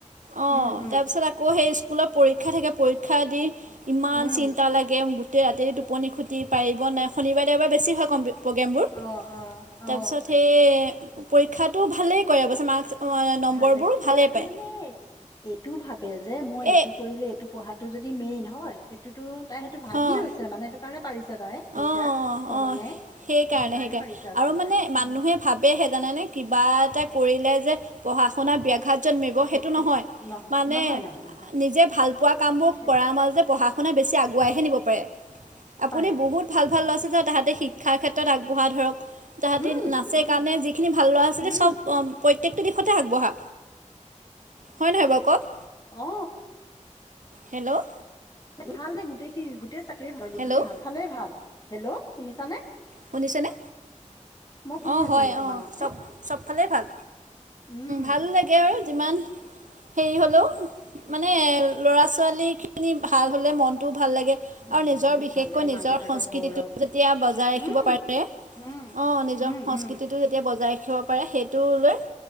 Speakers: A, on the right; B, on the left.
A: অ
B: উম উম
A: তাৰপিছত আকৌ সেই স্কুলত পৰীক্ষা থাকে পৰীক্ষা দি- ইমান
B: উম
A: চিন্তা লাগে গোটেই ৰাতিৰে টোপনি খতি পাৰিব নাই শনিবাৰে দেওবাৰে বেছি হয় কম্পে প্ৰগ্ৰেমবোৰ
B: অ' অ' অ'
A: তাৰপিছত সেই পৰীক্ষাতো ভালেই কৰে অৱশ্যে মাৰ্কছ নম্বৰবোৰ
B: ভালে তাই
A: ভালেই পায়
B: মানে এইটো ভাবে যে মই এইটো
A: এই
B: কৰিলে এইটো পঢ়াটো যদি মেইন হয় সেইটোতো তাই সেইটো ভাবি
A: অঁ
B: লৈছে মানে এইটো কাৰণে পাৰিছে এতিয়া তাই
A: অঁ
B: দুইটা সমানে
A: অঁ সেইকাৰণে
B: সেইটো কাৰণেই
A: সেইকাৰণে
B: পাৰিছে আচলতে
A: আৰু মানে
B: তাই
A: মানুহে
B: নে
A: ভাবেহে জানানে কিবা এটা কৰিলে যে পঢ়া শুনাত ব্যাঘাত জন্মিব
B: খতি
A: সেইটো নহয়
B: নহ
A: মানে
B: নহয় নহয় নহয়
A: নিজে ভাল পোৱা কামবোৰ
B: সে
A: কৰাৰ মাজতে পঢ়া শুনা বেছি আগুৱাইহে নিব পাৰে আপুনি
B: পাৰে
A: বহুত ভাল ভাল লৰা ছোৱালী যে তাহাঁতে শিক্ষাৰ ক্ষেত্ৰত আগবঢ়া ধৰক তাহাঁতি
B: উম
A: নাচে
B: উম
A: কাৰণে যিখিনি ভাল ল'ৰা ছোৱালী
B: উম
A: চব প্ৰত্যেকটো দিশতে আগবঢ়া হয় নহয় বাৰু কওক
B: অ
A: হেল্ল'
B: ভাল নে গোটেইখিনি গোটেই <unintelligible> ভাল গোটেইখিন
A: হেল্ল'
B: ভালে ভাল হেল্ল' শুনিছা নে
A: শুনিছেনে
B: শুনি
A: অ
B: আছো
A: হয়
B: কিন্তু তোমাৰ
A: অ
B: মাতটো
A: চব চবফালেই ভাল
B: উম
A: ভাল লাগে আৰু যিমান হেৰি হ'লেও মানে ল'ৰা ছোৱালীখিনি ভাল হ'লে মনটোও ভাল লাগে আৰু
B: বহুত
A: নিজৰ বিশেষকৈ
B: ভাল লাগে
A: নিজৰ
B: মাক দেউতাকৰ
A: সংস্কৃতিটো
B: গৌৰৱ
A: যেতিয়া বজাই ৰাখিব
B: উম
A: পাৰে অ
B: উম
A: নিজৰ
B: উম
A: সংস্কৃতিটো
B: উম
A: যেতিয়া বজাই ৰাখিব পাৰে সেইটো লৈ